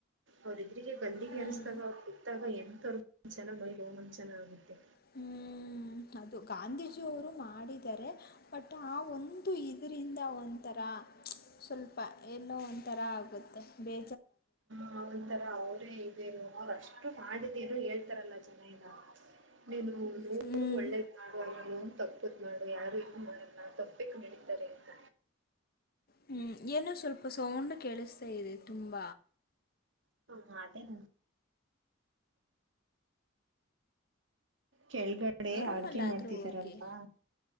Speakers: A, on the right (about 70°); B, on the left (about 50°).
A: ಅವ್ರ್ಗೆ <unintelligible> ಗಲ್ಲಿಗೇರಸ್ದಾಗ
B: ಹ್ಞೂ
A: ಅವಾಗ್ ಕುತ್ತಾಗ ಎಂತವ್ರ್ ಚೆನ್ನಾಗ್ ಮೈ ರೋಮಾಂಚನ ಆಗುತ್ತೆ.
B: ಹ್ಮೂ ಅದು ಗಾಂಧೀಜಿ ಅವರು ಮಾಡಿದಾರೆ ಬಟ್ ಆ ಒಂದು ಇದರಿಂದ ಒಂಥರಾ <unintelligible> ಸ್ವಲ್ಪ ಏನ್ನೊ ಒಂಥರಾ ಆಗುತ್ತೆ ಬೇ
A: ಹಾ ಒಂತರ ಅವ್ರೇ <unintelligible> ಅವ್ರ್ ಅಷ್ಟು ಮಾಡಿದಿರೂ ಹೇಳ್ತಾರಲ್ಲ ಜನ ಎಲ್ಲ, <unintelligible> <unintelligible> ನೂರು
B: ಹ್ಮ್
A: ಒಳ್ಳೆದ್ ಮಾಡು ಅದ್ರಲ್ ಒಂದ್ ತಪ್ಪದ್ ಮಾಡು ಯಾರು ಇದು ಮಾಡಲ್ಲ ತಪ್ಪಿ ನಡಿತಾರೆ ಅಂತ.
B: ಹ್ಮ್ ಏನೋ ಸ್ವಲ್ಪ ಸೌಂಡ್ ಕೇಳಿಸ್ ತ ಇದೆ ತುಂಬ.
A: ಹಾ ಅದೇ ನನ್ ಕೆಳ್ಗಡೆ
B: ರೂಮಲ್ಲಾದರೂ
A: ಅಡ್ಗೆ ಮಾಡ್ತಿದ್ದಾರಲ್ವಾ?
B: ಹೋಗಿ